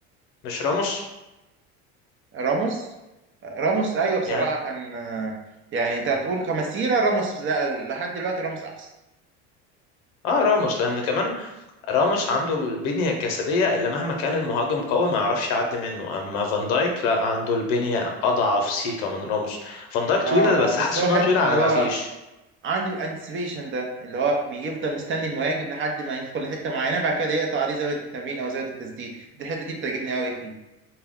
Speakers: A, on the left; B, on the right.
A: مش راموس
B: راموس راموس ايوه بصراحة
A: يعني
B: كان آه، يعني انت هتقول كمسيرة راموس لا لحد دلوقتي راموس احسن
A: اه راموس لان كمان راموس عنده البنيه الجسديه اللي مهما كان المهاجم قوي ما يعرفش يعدي منه اما فان دايك لا عنده البنيه اضعف سيكا من راموس فان دايك طويله
B: اه
A: بس
B: اه بس
A: حاسه
B: هو
A: انها
B: حتة
A: طويله على
B: اللي هو
A: ما فيش
B: عنده الانتسبيشن ده اللي هو بيفضل مستني المهاجم لحد ما يدخل لحتة معينة بعد كده يقطع عليه زاوية التمرير او زاوية التسديد دي الحتة دي بتعجبني قوي فيه